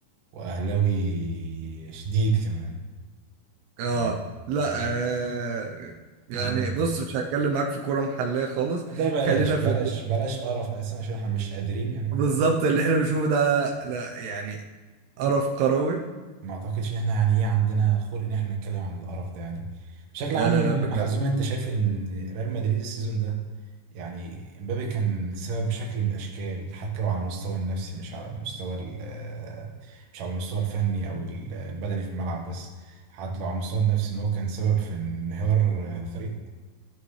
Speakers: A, on the right; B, on the right.
A: واهلاوي شديد كمان
B: اه
A: يعني
B: لا
A: ليه
B: آه يعني
A: انا
B: بص مش هتكلم معاك في كرة محلية خالص
A: ده بلاش
B: خلينا
A: بلاش
B: في
A: بلاش قرف اساسا عشان احنا مش قادرين يعني ما
B: بالظبط اللي احنا بنشوفه ده لا يعني قرف كروي
A: ما اعتقدش ان احنا يعني ايه عندنا خلق ان احنا نتكلم عن القرف ده يعني بشكل
B: لا
A: عام
B: لا لا بجد
A: حزوم انت شايف ان ريال مدريد السيزون ده يعني امبابي كان سبب بشكل من الاشكال حتى لو على المستوى النفسي مش على المستوى ال- مش على المستوى الفني او ال- البدني في الملعب بس حتى لو على المستوى النفسي ان هو كان سبب في انهيار الفريق